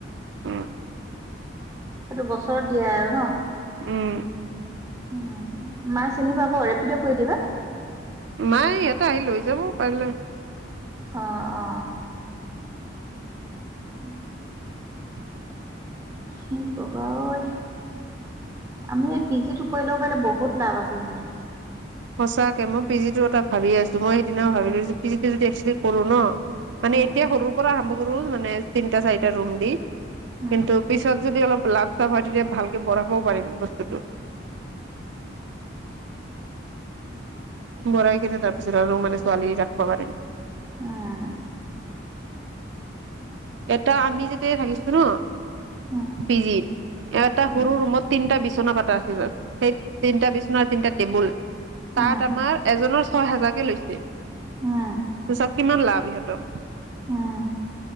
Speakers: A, on the right; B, on the right.
A: উম
B: সেইটো বছৰত দিয়ে আৰু ন?
A: উম
B: উম মায়ে চিনি পাব ৰেপিড কৰি দিবা।
A: মায়ে ইয়াতে আহি লৈ যাব পাৰিলে
B: অ অ উম হুম
A: <inaudible>
B: হোম ৰবা ঐ আমি পি জিটো কৰি লব পাৰিলে বহুত লাভ আছে কিন্তু
A: সঁচাকে মই পিজিটো এটা ভাবি আছো মই সেইদিনাও ভাবিলৈছোঁ পিজিটো যদি একচুৱেলি কৰো ন মানে
B: উম
A: এতিয়া সৰুৰ পৰা বহুত ৰুম বনাইআছে তিনিটা চাৰিটা ৰুম দি
B: উম
A: কিন্তু পিছত যদি অলপ লাভ চব হয় তেতিয়া ভাল কে বৰাবও পাৰিম বস্তুটো বৰাই কেনে তাৰপিছত আৰু মে ছোৱালী ৰাখিব পাৰিম।
B: উম।
A: এটা আমি যেতিয়া থাকিছো ন।
B: উম
A: পিজিত এটা
B: উম
A: সৰু ৰুমত তিনটা বিচনা পাতা আছে সেই তিনটা বিচনা তিনটা টেবুল তাত
B: উম উম
A: আমাৰ এজনৰ। ছয় হজাৰকে লৈছে।
B: উম।
A: ত চাওক কিমান লাভ ইহঁতক।
B: উম